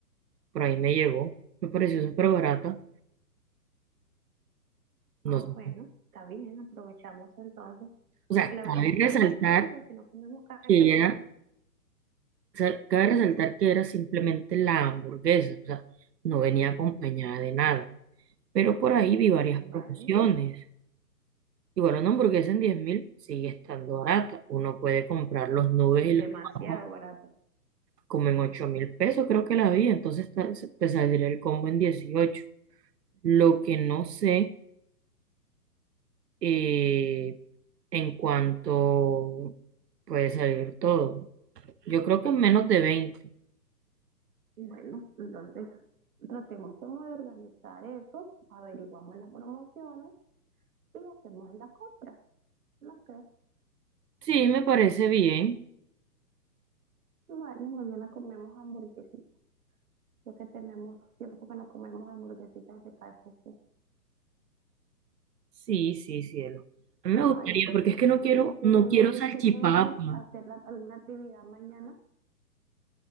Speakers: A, on the right; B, on the right.
A: Por ahí me llegó. Me pareció súper barata.
B: Ah,
A: No sé.
B: bueno, está bien, aprovechamos entonces,
A: O sea,
B: porque la
A: cabe
B: verdad sí tenemos
A: resaltar
B: tiempo de que no comemos KFC.
A: que era, o sea, cabe resaltar que era simplemente la hamburguesa. O sea, no venía acompañada de nada. Pero por ahí vi varias promociones.
B: Vale,
A: Y bueno, una hamburguesa en 10 mil sigue estando barata. Uno puede comprar los nubes
B: demasiado
A: y las papas
B: barato.
A: como en ocho mil pesos, creo que la vi. Entonces ta- te saldría el combo en dieciocho Lo que no sé eh, en cuanto puede salir todo. Yo creo que en menos de veinte
B: Bueno, entonces tratemos como de organizar eso, averiguamos las promociones y hacemos la compra, ¿no crees?
A: Sí, me parece bien.
B: Bueno, mañana comemos hamburguesitas, ya que tenemos tiempo que no comemos hamburguesitas de KFC.
A: Sí, sí, cielo. A mí
B: Ay,
A: me gustaría, porque es que no quiero,
B: ¿y que
A: no quiero salchipapa.
B: siempre vas a hacer la- alguna actividad mañana?